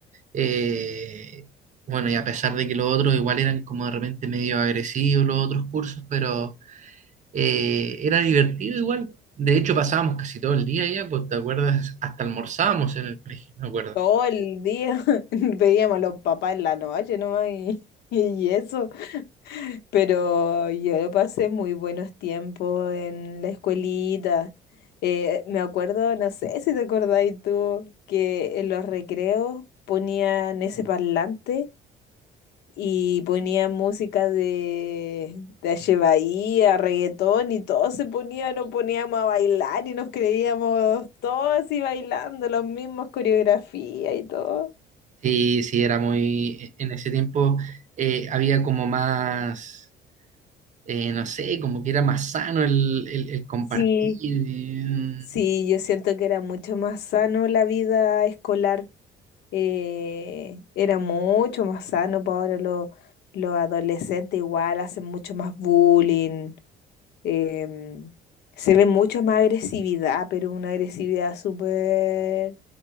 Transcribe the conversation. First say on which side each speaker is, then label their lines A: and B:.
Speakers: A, on the right; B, on the left.
A: Eh, bueno, y a pesar de que los otros igual eran como de repente medio agresivos los otros cursos, pero eh, era divertido igual. De hecho, pasábamos casi todo el día allá, pues te acuerdas, hasta almorzábamos en el colegio, me acuerdo.
B: Todo el día <laughs> veíamos a los papás en la noche nomás y, y eso. Pero yo pasé muy buenos tiempos en la escuelita. Eh, me acuerdo, no sé si te acordáis tú, que en los recreos ponían ese parlante y ponían música de, de Ache Bahía, reggaetón y todos se ponían, nos poníamos a bailar y nos creíamos todos así bailando, las mismas coreografías y todo.
A: Sí, sí, era muy, e, en ese tiempo eh, había como más, eh, no sé, como que era más sano el, el, el compartir.
B: Sí, sí, yo siento que era mucho más sano la vida escolar. eh, era mucho más sano, para ahora los, los adolescentes igual hacen mucho más bullying, em, se ve mucho más agresividad, pero una agresividad súper